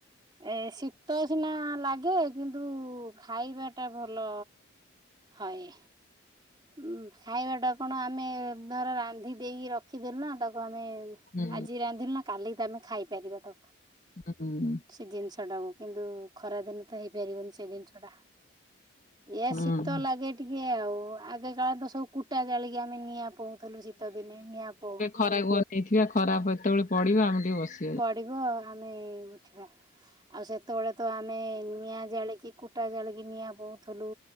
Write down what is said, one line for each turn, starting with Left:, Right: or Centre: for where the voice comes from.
Right: ଏ ଶୀତ ସିନା ଲାଗେ କିନ୍ତୁ ଖାଇବା ଟା ଭଲ ହଏ। ଉ ଖାଇବା ଟା କଣ ଆମେ ଧର ରାନ୍ଧି ଦେଇକି ରଖିଦେଲୁ ନା ତାକୁ ଆମେ
Left: ହୁଁ
Right: ଆଜି ରାନ୍ଧିଲୁ ନା କାଲି ତ ଆମେ ଖାଇପାରିବା ତାକୁ।
Left: ହୁଁ ହୁଁ।
Right: ସେ ଜିନିଷ ଟାକୁ କିନ୍ତୁ ଖରାଦିନେ ତ ହେଇପାରିବନି ସେ ଯିନିଷଟା ଇଏ
Left: ହୁଁ
Right: ଶୀତ ଲାଗେ ଟିକେ ଆଉ ଆଗେ କାଳ ତ ସବୁ କୁଟା ଜାଳିକି ଆମେ ନିଆଁ ପୋଉଥିଲୁ। ଶୀତ ଦିନେ ନିଆଁ ପୋଉ
Left: ଖରାକୁ ଅନେଇଥିବା ଖରାକେତେବେଳେ ପଡିବ ଆମେ ଟିକେ ବସି
Right: ପଡିବ ଆମେ ଉଠିବା। ଆଉ ସେତେବେଳେ ତ ଆମେ ନିଆଁ ଜାଳିକି କୁଟା ଜାଳିକି ନିଆଁ ପୋଉଁଥିଲୁ।